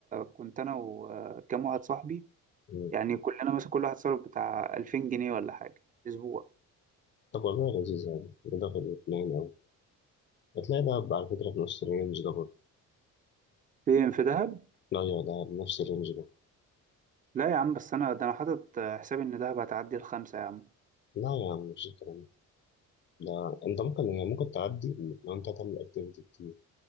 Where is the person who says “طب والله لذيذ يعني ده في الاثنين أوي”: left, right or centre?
Left